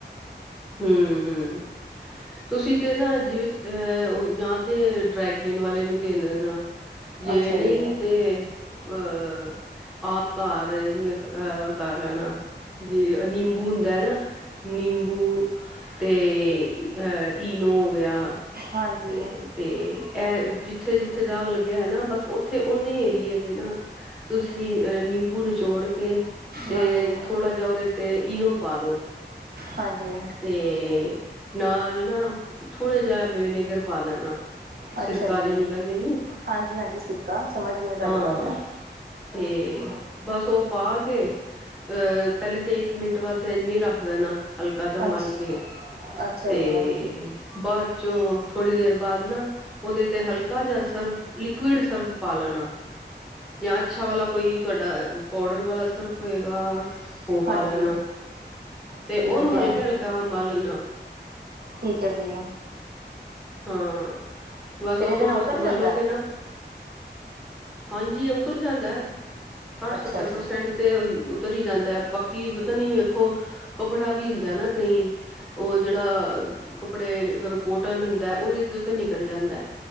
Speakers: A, in the centre; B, on the right.
A: ਹੂੰ-ਹੂੰ, ਤੁਸੀਂ ਤੇ ਨਾ ਜਿਵੇਂ ਅਹ ਉਹ <unintelligible> ਤੇ ਡਰਾਈਕਲੀਨ ਵਾਲੇ ਨੂੰ ਦੇਣ ਦੇਣਾ।
B: ਹੈ
A: ਜੇ
B: ਅੱਛਾ
A: ਨਈ
B: ਜੀ
A: ਤੇ ਅਹ ਆਪ ਕਾਰ ਜਿਵੇਂ ਕ ਅਹ ਕਰ ਲੈਣਾ, ਜੇ ਨੀਂਬੂ ਹੁੰਦਾ ਏ ਨਾ, ਨੀਂ ਹੂੰ ਤੇ ਅਹ ਈਨੋ ਹੋ ਗਿਆ।
B: ਹਾਂਜੀ
A: ਤੇ-ਤੇ ਇਹ ਜਿੱਥੇ-ਜਿੱਥੇ ਦਾਗ ਲੱਗਿਆ ਹੈ ਨਾ ਬਸ ਉੱਥੇ ਉਹਨੇ ਏਰੀਏ ਤੇ ਨਾ
B: <inaudible>
A: ਅਹ ਨਿੰਬੂ ਨਚੋੜ ਕੇ ਤੇ
B: ਹਾਂਜੀ
A: ਥੋੜਾ ਜੇਹਾ ਔਰੇ ਤੇ ਇਨੋ ਪਾ ਦੋ।
B: ਹਾਂਜੀ
A: ਤੇ ਨਾਲ ਨਾ, ਥੋੜਾ ਜਿ ਜਾਂ ਵਿਨੇਗਰ ਪਾ ਦੇਣਾ।
B: ਅੱਛਾ
A: ਸਿਰਕਾ
B: ਜੀ
A: ਜਿਹਨੂੰ ਕਹਿੰਦੇ ਨੀ।
B: ਹਾਂਜੀ ਹਾਂਜੀ ਸਿੱਕਾ ਸਮਝ ਗਈ ਮੈਂ ਤੁਹਾਡੀ
A: ਹਾਂ,
B: ਗੱਲ
A: ਤੇ ਬਸ ਉਹ ਪਾ ਕੇ ਅ ਪਹਿਲੇ ਤੇ ਇੱਕ ਮਿੰਟ ਵਾਸੇ ਇਵੇ ਹੀ ਰੱਖ ਦੇਨਾ, ਹਲਕਾ ਜਾਂ ਮਲ
B: ਅੱਛਾ
A: ਕੇ।
B: ਅੱਛਾ
A: ਤੇ
B: ਜੀ
A: ਬਾਅਦ ਚੋਂ ਥੋੜ੍ਹੀ ਦੇਰ ਬਾਅਦ ਨਾ ਉਹਦੇ ਤੇ ਹਲਕਾ ਜਿਹਾ ਸਰਫ, ਲਿਕਵੀਡ ਸਰਫ ਪਾ ਲੇਣਾ। ਜਾਂ ਅੱਛਾ ਵਾਲਾ ਕੋਈ ਤੁਹਾਡਾ, ਪਾਊਡਰ ਵਾਲਾ ਸਰਫ ਹੋਏਗਾ। ਹੋ ਪਾ
B: ਹਾਂਜੀ
A: ਲੇਨਾ।
B: ਠੀਕ
A: ਉਹਨੂੰ
B: ਹੈ
A: ਹਲਕੇ ਹਲਕਾ ਮਲਣਾ।
B: ਠੀਕ ਹੈ ਜੀ
A: ਹਾਂ, ਬਸ
B: ਫਿਰ
A: ਉਹ
B: ਇਹਦੇ
A: ਥੋੜ,
B: ਨਾਲ ਉਤਰ
A: ਮੰਲੋਗੇ
B: ਜਾਂਦਾ
A: ਨਾ ਹਾਂਜੀ ਉੱਤਰ ਜਾਂਦਾ ਹੈ, ਸੱਠ
B: ਅੱਛਾ
A: ਸੱਤਰ ਪ੍ਰਸੈਂਟ
B: ਜੀ
A: ਤੇ ਉਤਰ ਹੀ ਜਾਂਦਾ ਹੈ ਬਾਕੀ ਪਤਾ ਨੀ ਵੇਖੋ ਕੱਪੜਾ ਵੀ ਹੁੰਦਾ ਨਾ ਕਈ, ਉਹ ਜਿਹੜਾ <unintelligible> ਕੱਪੜੇ ਅਗਰ ਕੋਟਨ ਹੁੰਦਾ ਹੈ, ਉਹਦੇ ਤੇ ਤੇ ਨਿਕਲ ਜਾਂਦਾ ਹੈ।